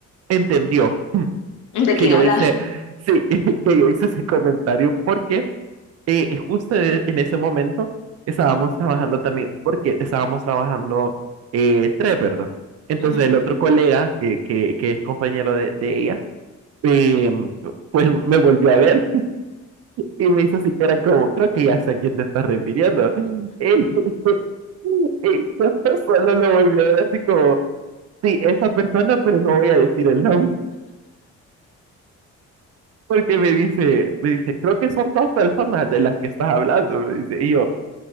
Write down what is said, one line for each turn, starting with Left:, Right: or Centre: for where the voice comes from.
Right: entendió
Left: <laughs> ¿de
Right: que
Left: quién
Right: yo
Left: habla?
Right: hice, sí, <laughs> que yo hice ese comentario porque eh, justo e- en ese momento estábamos trabajando también, porque estábamos trabajando eh, tres, ¿verdad? Entonces
Left: Ujú.
Right: el otro colega, que, que, que es compañero de, de ella, eh, pues me volvió a ver Y me hizo así cara como, creo que ya sé a quién te estás refiriendo. Y, <laughs> y <laughs> solo lo volvió a ver así como, sí, esa persona, pero no voy a decir el nombre. Porque me dice, me dice, creo que son dos personas de las que estás hablando. Me dice, y yo,